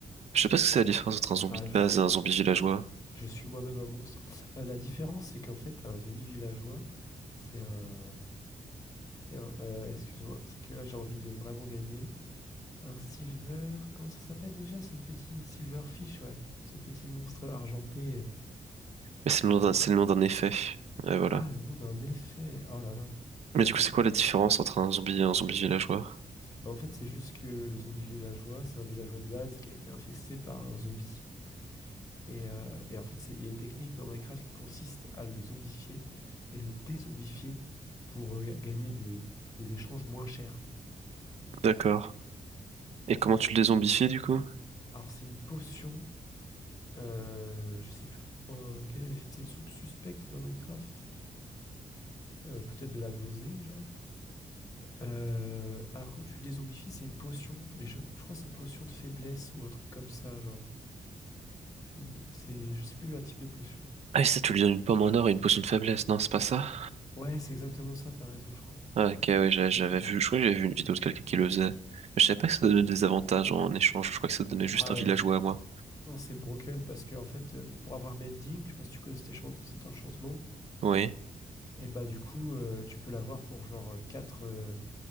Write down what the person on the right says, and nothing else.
Je sais pas ce que c'est la différence entre un zombie
de
base et un zombie villageois,
mais c'est
le nom
d'un, c'est le nom d'un effet. Ouais, voilà.
Mais
du coup, c'est
quoi
la différence entre un zombie et un zombie villageois?
D'accord. Et comment
tu
le dézombifies du coup?
Ah, et ça, tu lui donnes une pomme en or et une potion de faiblesse, non, c'est pas ça?
Ah, ok, ouais, j'a- j'avais vu, je crois que j'avais vu une vidéo de quelqu'un qui le faisait. Mais je savais pas que ça donnait des avantages en échange, je crois que ça donnait juste
un
villageois à moi.
Oui.